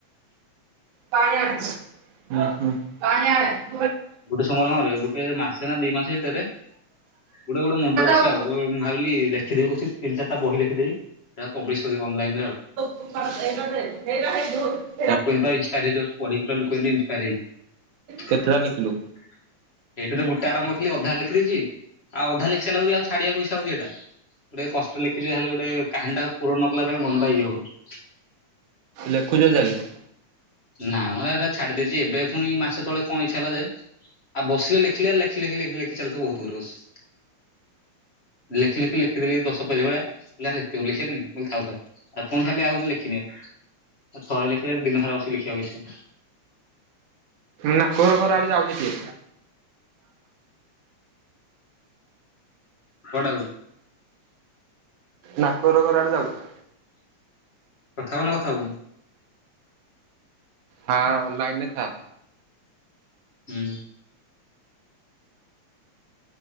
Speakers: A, on the right (about 85°); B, on the left (about 30°).
A: ପରଚ, ଉଁ, ହୁଁ <unintelligible>
B: ଗୋଟେ ସମାଧାନରେ ଗୋଟେ ମାସେ ନା ଦି ମାସେ ଭିତରେ ଗୋଟେ ଗୋଟେ ମୁଣ୍ଡ ବସିଲା
A: ହୁଁ।
B: ଆଉ ଗୋ ମୁଁ ଭାବିଲି ଲେଖିଦେବି ବସିକି ତିନ ଚାରଟା ବହି ଲେଖିଦେବି ସେଗୁଡା ପବ୍ଲିଶ୍ କରିବି ଅନଲାଇନ୍ ରେ ଆଉ।
A: ରୂପା ଏଇ ପଟରେ ହେଇ ପା ହେଇ ଧଉଡୁ <unintelligible>
B: ଲୋକ ଏମିତା ଇନଷ୍ଟାରେ ଦେଇଦଉଛି ପଢି କଲୁ ଲୋକ ଏମିତି ଇନଷ୍ଟାରେ <unintelligible>
A: କେତେଟା ଲେଖିଲୁ
B: ଏଇଟା ତ ମୋଟେ ଆରମ୍ଭ କରିଥିଲି ଅଧା ଲେଖିଦେଇଛି <unintelligible> ଆଉ ଆଧା ଲେଖି ସାଇଲ ବୋଲି ଆଉ ଛାଡିବାକୁ ଇଚ୍ଛା ହଉଛି ଏଇଟା ଗୋଟେ କଷ୍ଟ ଲେଖିଚି ତା ହେଲେ ଗୋଟେ କାହାଣୀଟା ପୂରଣ ନ କଲା ଯାଏ ମନଟା ୟଏ ହଉଚି।
A: ଲେଖୁଚ ଚାଲି <unintelligible>
B: ନାମଁ ଏଗୁରା ଛାଡି ଦେଇଚି ଏବେ ପୁଣି ମାସେ ତଳେ କଣ ଇଛା ହେଲା ଯେ ଆଉ ବସିଲେ ଲେଖିଲେ ଲେଖି, ଲେଖି, ଲେଖି, ଲେଖି ଚାଲିଥିବୁ ବହୁତ ଗୁରୁ ବସି। ଲେଖି ଲେଖି ଲେଖିଦେଲି ଦଶ ପେଜ୍ ଭଳିଆ <unintelligible> ଆରେ ଏତେଗୁରେ ଲେଖିସାଇଲିଣିି ମୁଁ କହିଲି ଥାଉ ଥାଉ। ଆ ଫୁଣି ଖାଲି ଆଉରି ଲେଖି ନିଅ ଆଉ ଥରେ ଲେଖିଲେ ଦିନ ସାରା ବସି ଲେଖିଆକୁ ଇଚ୍ଛା ହବ।
A: ନାକହର ଘର ଆଡେ ଯାଉଛି କିଏ?
B: କୁଆଡେ ଆଉଚୁ?
A: ନାକୋର ଘର ଆଡେ ଯାଉଛି।
B: କଥା ହବ ନା କଥା ହବୁନୁ?
A: ଥା ଲାଇନରେ ଥା।
B: ହୁଁ।